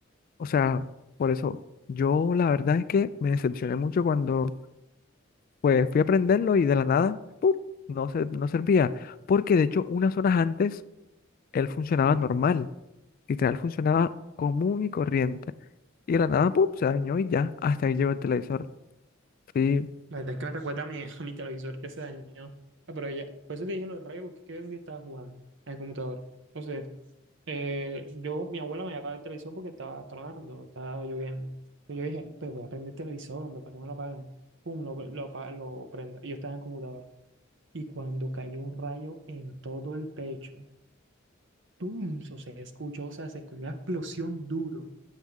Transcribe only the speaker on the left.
O sea, por eso yo la verdad es que me decepcioné mucho cuando pues fui a prenderlo y de la nada, ¡pum! no se, no servía. Porque de hecho unas horas antes él funcionaba normal. Literal funcionaba común y corriente. Y de la nada, ¡pum! se dañó y ya. Hasta ahí llegó el televisor. Sí,